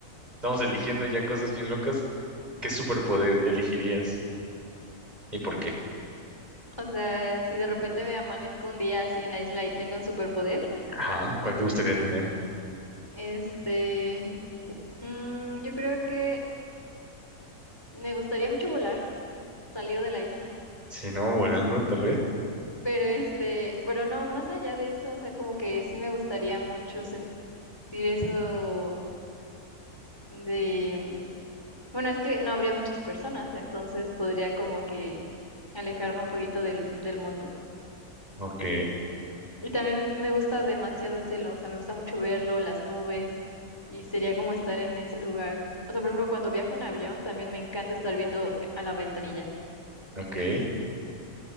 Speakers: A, on the right; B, on the left.
A: estamos eligiendo ya cosas bien locas, ¿qué superpoder elegirías? ¿Y por qué?
B: O sea, si de repente me amanezco un día así en la isla y tengo un superpoder,
A: Ajá, ¿cuál te gustaría tener?
B: este, mm, yo creo que me gustaría mucho volar, salir de la isla.
A: Si no, volando, tal vez.
B: Pero este, pero no, más allá de eso, o sea, como que sí me gustaría mucho sentir eso de, bueno, es que no habría muchas personas, entonces podría como que alejarme un poquito del, del mundo.
A: Ok,
B: Y también me gusta demasiado el cielo, o sea, me gusta mucho verlo, las nubes, y sería como estar en ese lugar. O sea, por ejemplo, cuando viajo en avión, también me encanta estar viendo a la ventanilla.
A: ok.